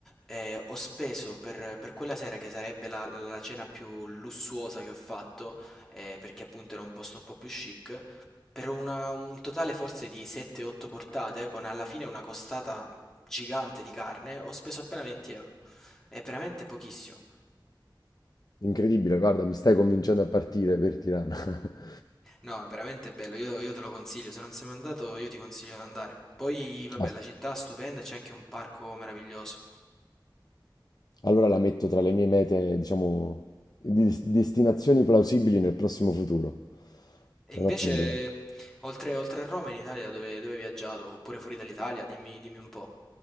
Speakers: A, in the centre; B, on the left.
A: Ehm, ho speso per per quella sera che sarebbe la la la cena più lussuosa che ho fatto, ehm, perché appunto era un posto un po' più chic, per una un totale forse di 7, 8 portate, con alla fine una costata gigante di carne, ho speso appena 20 €. È veramente pochissimo.
B: Incredibile, guarda, mi stai convincendo a partire per Tirana. <laughs>
A: No, è veramente bello, io io te lo consiglio, se non sei mai andato io ti consiglio di andare. Poi vabbè
B: Ma
A: la città è stupenda e c'è anche un parco meraviglioso.
B: Allora la metto tra le mie mete, diciamo, di di- destinazioni plausibili nel prossimo futuro.
A: E
B: È
A: invece,
B: un'ottima idea.
A: oltre, oltre a Roma, in Italia dove, dove hai viaggiato? Oppure fuori dall'Italia? Dimmi, dimmi un po'.